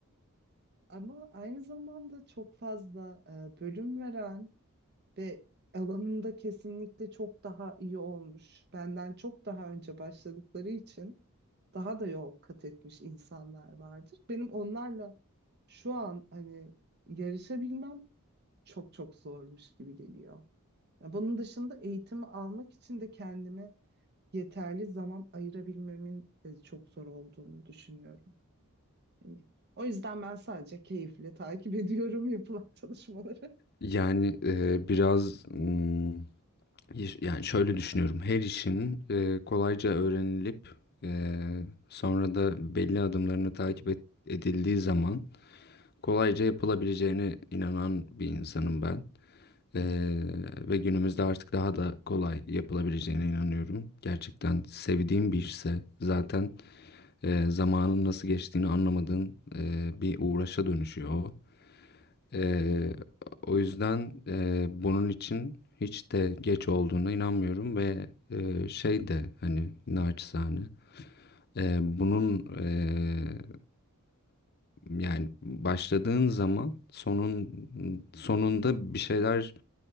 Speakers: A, on the right; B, on the left.
A: Ama aynı zamanda çok fazla e, bölüm veren ve alanında kesinlikle çok daha iyi olmuş. Benden çok daha önce başladıkları için daha da yol kat etmiş insanlar vardır. Benim onlarla şu an hani yarışabilmem çok çok zormuş gibi geliyor. Ya Bunun dışında eğitimi almak için de kendimi yeterli zaman ayırabilmemin de çok zor olduğunu düşünüyorum. Hani o yüzden ben sadece keyifle takip <laughs> ediyorum yapılan çalışmaları.
B: Yani e, biraz mm, iş- yani şöyle düşünüyorum. Her işin e, kolayca öğrenilip e, sonra da belli adımlarını takip et- edildiği zaman kolayca yapılabileceğine inanan bir insanım ben. E, ve günümüzde artık daha da kolay yapılabileceğine inanıyorum. Gerçekten sevdiğim bir işse zaten e, zamanın nasıl geçtiğini anlamadığın e, bir uğraşa dönüşüyor o. Eee, o yüzden eee, bunun için hiç de geç olduğuna inanmıyorum ve eee, şey de hani naçizane eee, bunun eee, yani başladığın zaman sonun sonunda bir şeyler